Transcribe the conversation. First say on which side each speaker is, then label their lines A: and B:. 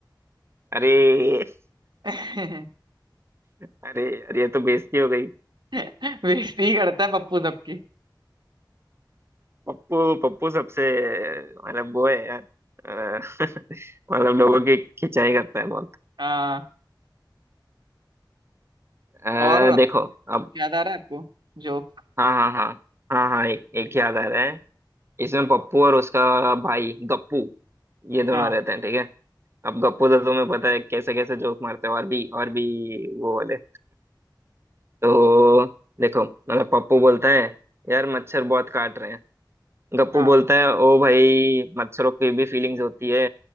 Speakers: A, on the right; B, on the right.
A: अरे
B: <laughs>
A: अरे यार ये तो बेइज्जती हो गई
B: बेइज्जती ही करता है पप्पू सबकी
A: पप्पू पप्पू सबसे मतलब वो है यार अ, <laughs> मतलब लोगों की खिंचाई करता है बहुत
B: हाँ
A: अ,
B: और
A: देखो
B: कुछ
A: अब
B: याद आ रहा है आपको जोक
A: हाँ हाँ हाँ हाँ हाँ एक एक याद आ रहा है इसमें पप्पू और उसका भाई गप्पू ये दोनों
B: हाँ
A: रहते हैं ठीक है अब गप्पू तो तुम्हें पता है कैसे कैसे जोक मारते हैं और भी और भी वो वाले तो देखो मतलब पप्पू बोलता है यार मच्छर बहुत काट रहे हैं गप्पू
B: हाँ
A: बोलता है ओ भाई मच्छरों की भी फीलिंग्स होती है